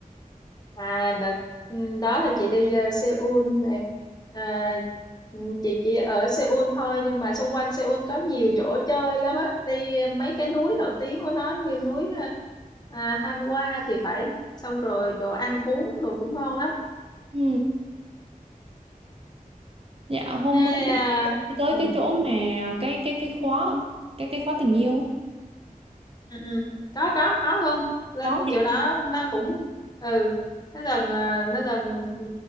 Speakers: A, on the left (about 25°); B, on the right (about 40°).
A: À đợt ừ, đó là chị đi ờ, Seoul này. À, ừ, chị chỉ ở Seoul thôi nhưng mà xung quanh Seoul có nhiều chỗ chơi lắm á. Đi mấy cái núi nổi tiếng của nó như núi ờ, à, Hamgua thì phải. Xong rồi đồ ăn uống đồ cũng ngon lắm.
B: ừ. dạ hôm
A: Ê,
B: bữa
A: à,
B: chị chị sẽ đi tới
A: ừ,
B: cái chỗ mà cái cái cái khóa không cái cái khóa tình yêu á.
A: ừ, ừ. Có có có luôn. Lên
B: đó chị
A: chỗ đó nó cũng ừ nó gần ờ, nó gần ừ,